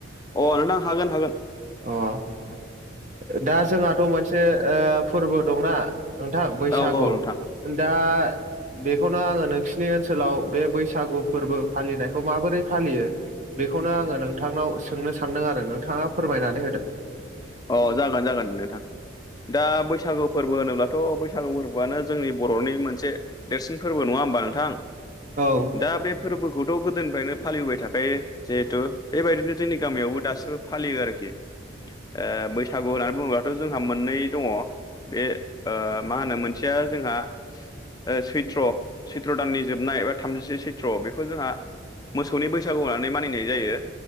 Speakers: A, on the right; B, on the left.
A: अ
B: अ नोंथां हागोन हागोन
A: <unintelligible> अ दा जोंहाथ' मोनसे ओ फोरबो दंना नोंथां बैसागु
B: औ औ नोंथां
A: दा बेखौनो आङो नोंसिनि ओनसोलाव बे बैसागु फोरबो फालिनायखौ माबोरै फालियो बेखौनो आङो नोंथांनाव सोंनो सानदों आरो नोंथाङा फोरमायनानै होदो।
B: अ जागोन जागोन नोंथां दा बैसा सागु फोरबो होनोब्लाथ' बैसागु फोरबोआनो जोंनि बर'नि मोनसे देरसिन फोरबो नङा होमबा नोंथां
A: औ
B: दा बे फोरबोखौथ' गोदोनिफ्रायनो फालिबोबाय थाखायो जिहेथु बेबायदिनो जोंनि गामियावबो दासिमबो फालियो आरोखि ओ बैसागु होननानै बुङोब्लाथ' जोंहा मोननै दङ। बे ओ मा होनो मोनसेया जोंहा ओ सैत्र सैत्र दाननि जोबनाय बा थामजिसे सैत्र बेखौ जोंहा मोसौनि बैसागु होननानै मानिनाय जायो।